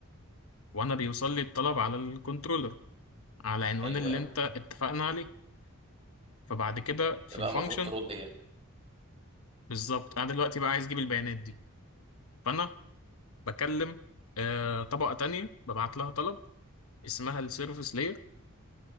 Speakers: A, on the left; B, on the right.
A: وانا بيوصل لي الطلب على الكنترولر على عنوان
B: حلو
A: اللي
B: أوي
A: انت اتفقنا عليه فبعد كده في
B: ده بقى
A: الفانكشن
B: المفروض ترد هنا
A: بالظبط انا دلوقتي بقى عايز اجيب البيانات دي فانا بكلم آه طبقة تانية ببعت لها طلب اسمها السيرفيس لاير